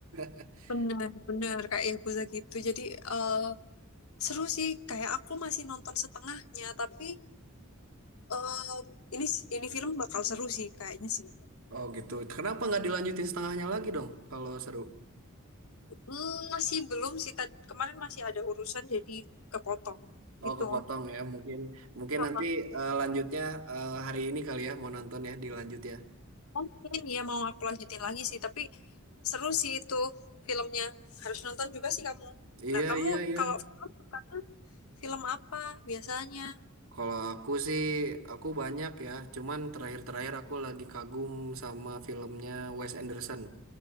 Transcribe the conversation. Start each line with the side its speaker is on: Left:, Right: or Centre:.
Right: <laughs>
Left: bener-bener kayak yakuza gitu jadi eh, seru sih kayak aku masih nonton setengahnya tapi eh, ini ini film bakal seru sih kayaknya sih
Right: Oh gitu. Kenapa nggak dilanjutin setengahnya lagi dong kalau seru?
Left: Hmm, masih belum sih Tad- kemarin masih ada urusan jadi kepotong
Right: Oh
Left: gitu
Right: kepotong ya. Mungkin mungkin
Left: Heeh.
Right: nanti eh, lanjutnya eh, hari ini kali ya mau nonton ya dilanjut ya.
Left: mungkin ya mau aku lanjutin lagi sih tapi Seru sih itu filmnya. Harus nonton juga sih kamu.
Right: Iya
Left: Nah, kamu
Right: iya iya.
Left: kalau film sukanya film apa biasanya?
Right: Kalau aku sih aku banyak ya. Cuman terakhir-terakhir aku lagi kagum sama filmnya Wes Anderson.